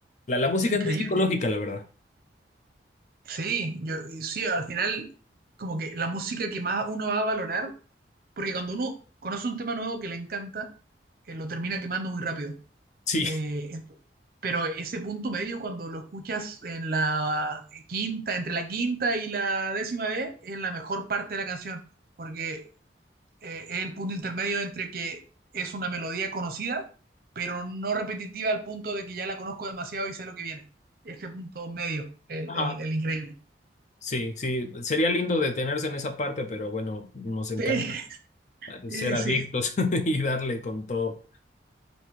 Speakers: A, on the left; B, on the right.
A: La, la música
B: Qué increíble,
A: es muy psicológica,
B: ¿eh?
A: la verdad.
B: Sí, yo y sí, al final como que la música que más uno va a valorar, porque cuando uno conoce un tema nuevo que le encanta, eh, lo termina quemando muy rápido.
A: Sí.
B: Eh, ent- pero ese punto medio cuando lo escuchas en la quinta, entre la quinta y la décima vez, es la mejor parte de la canción, porque eh, es el punto intermedio entre que es una melodía conocida, pero no repetitiva al punto de que ya la conozco demasiado y sé lo que viene. Ese punto medio, el,
A: Ajá.
B: el el increíble.
A: Sí, sí, sería lindo detenerse en esa parte, pero bueno, nos encanta
B: Sí,
A: eh,
B: Y
A: ser adictos
B: sí,
A: <laughs> y darle con todo.